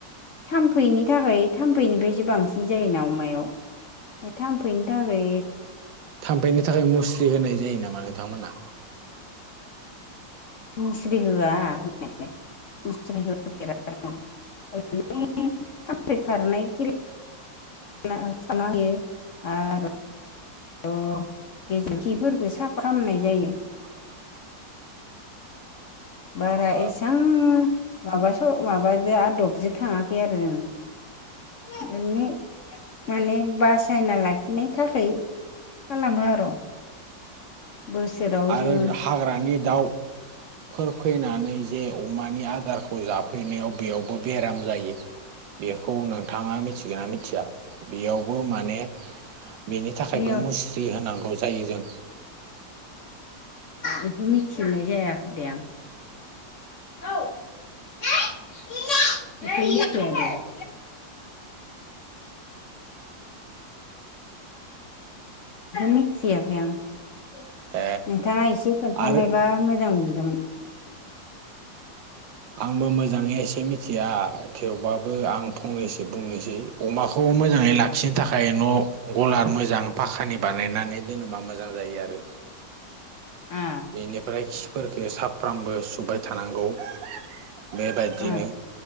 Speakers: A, on the left; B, on the right.
A: थामफैनि थाखाय थामफैनिफायसो बांसिन जायोना अमायाव थाम्फैनि थाखै
B: थाम्फैनि थाखाय मुस्रि होनाय जायो नामा नोंथांमोना?
A: मुस्रि होआ होनायालाय मुस्रि होफेराखै ओरैनो थामफै खारनाय कि <unintelligible> साना होयो आर' र' गेजेर खिफोरखौ साफा खामनाय जायो
B: <inaudible>
A: बारा
B: ओ
A: एसां माबासो माबाजो आदबजो थाङाखै आरो जोङो एरैनो माने बासायना लाखिनायनि थाखाय खालामो आर' बोसोराव
B: आरो
A: जोङो
B: हाग्रानि दाउ फोर फैनानै जे अमानि आदारखौ जाफैनायाव बेयावबो बेराम जायो बेखौ नोंथाङा मिथिगोना मिथिया बेयावबो माने बेनि थाखायबो
A: मिय'
B: मुस्रि होनांगौ जायो जों
A: बेखौ मिथिनाय जायाखै दे आं औ <unintelligible> मिथियाखै आं नोंथाङा
B: ए
A: एसे खोन्थानायबा
B: आरो
A: मोजां मोनगोमोन
B: आंबो मोजाङै एसे मिथिया थेवबाबो आं फंनैसो बुंनोसै अमाखौ मोजाङै लाखिनो थाखाय न' ग'लार मोजां फाखानि बानायनानै दोनोबा मोजां जायो आरो
A: आ
B: बेनिफ्राय खि फोरखो साफ्रामबो सुबाय थानांगौ बेबायदिनो
A: आ